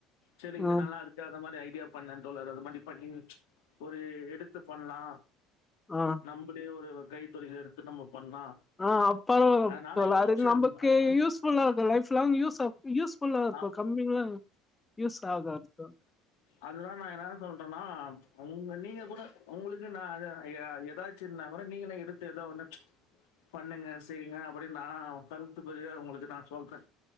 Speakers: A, on the left (about 75°); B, on the left (about 20°).
A: சரி இங்க
B: ஆ
A: நல்லாருக்கு அது மாரி ஐ அப்டியா பண்ணே தோழர் அது மாரி பண்ணி ஒரு எடுத்து பண்லா
B: ஆ
A: நம்பளே ஒரு கைத்தொழில எடுத்து நம்ம பண்ணலாம்.
B: ஆ பரவால
A: அ நானா
B: தோழர்
A: யோசிச்சேன்.
B: அட்லீஷ் நமக்கு
A: அ
B: யூஸ்புல்லா இருக்கு லைப் லாங் யூஸ்ஸாகு யூஸ் புல்லா இருக்கு
A: அ
B: கம்மியல்லா யூஸ் ஆக <unintelligible>
A: அதுதா நா என்னா சொல்றேன்னா உங்க நீங்க கூட உங்களுக்கு நா ஏ ஏதாச்சுனா அப்ரோ நீங்கலு எடுத்து ஏதோ ஒண்ணு பண்ணுங்க செய்யுங்க அப்படின்னு நா கருத்து பெரிய உங்களுக்கு நா சொல்றே